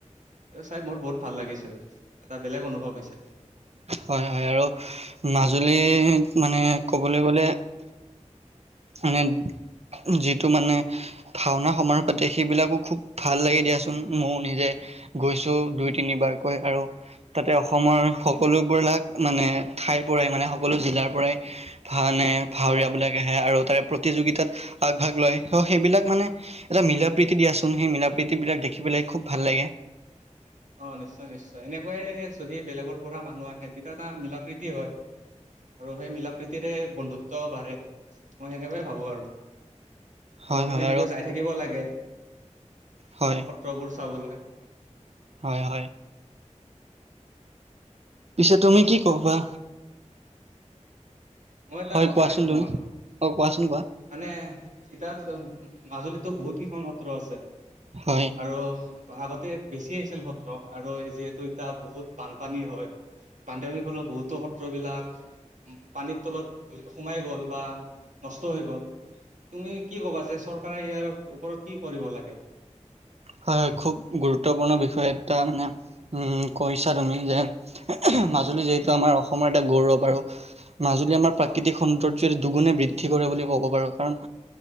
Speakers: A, on the right (about 80°); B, on the right (about 55°).
A: এ চাই মোৰ বহুত ভাল লাগিছিল এটা বেলেগ অনুভৱ হৈছিল
B: হয় -হয় আৰু মাজুলী মানে ক'বলৈ গলে মানে যিটো মানে ভাওনা সমাৰো পাতে সেইবিলাকো খুব ভাল লাগে দিয়াচোন ময়ো নিজে গৈছো দুই তিনিবাৰকৈ আৰু তাতে অসমৰ সকলোবিলাক মানে ঠাইৰ পৰাই মানে সকলো জিলাৰ পৰাই ভানে ভাৱৰীয়া
A: অ
B: বিলাক আহে আৰু তাৰে প্ৰতি প্ৰতিযোগিতাত আগভাগ লয় সেইবিলাক মানে এটা মিলা প্ৰীতি দিয়াচোন সেই মিলা প্ৰীতি বিলাক দেখি পেলাই খুব ভাল লাগে
A: উম অ নিশ্চয় নিশ্চয় এনেকুৱাইে যদি বেলেগৰ পৰা মানুহ আহে তেতিয়া এটা মিলা প্ৰীতি হয় আৰু সেই মিলা প্ৰীতিৰে বন্ধুত্ব বাঢ়ে মই সেনেকুৱয়ে ভাবো আৰু আৰু
B: হয়
A: আমি
B: হয়
A: সেনেকৈ যাই থাকিব লাগে
B: হয়
A: সত্ৰবোৰ চাবলৈ অ
B: হয় হয় পিছে তুমি কি কবা
A: মই এটা
B: হয়
A: কথা
B: কোৱাচোন
A: আছিলোতোমাৰ
B: তুমি অ কোৱাচোন কোৱা
A: মানে এতিাত মাজুলীততো বহুত কেইখন সত্ৰ আছে
B: হয়
A: আৰু আগতে বেছি আহিছিল সত্ৰ আৰু যিহেতু এতিয়া বহুত বানপানী হয় বানপানীৰ বহুতো সত্ৰ বিলাক পানীৰ তলত সোমাই গ'ল বা নষ্ট হৈ গ'ল তুমি কি কবা যে চৰকাৰে ইয়াৰ ওপৰত কি কৰিব লাগে
B: হয় হয় খুব গুৰুত্বপূৰ্ণ বিষয়ে এটা মানে কৈছা তুমি যে মাজুলী যিহেতু আমাৰ অসমৰ এটা গৌৰৱ আৰু মাজুলী আমাৰ প্ৰাকৃতিক
A: অ
B: সৌন্দৰ্য দুগুণে বৃদ্ধি কৰে বুলি ক'ব পাৰো কাৰণ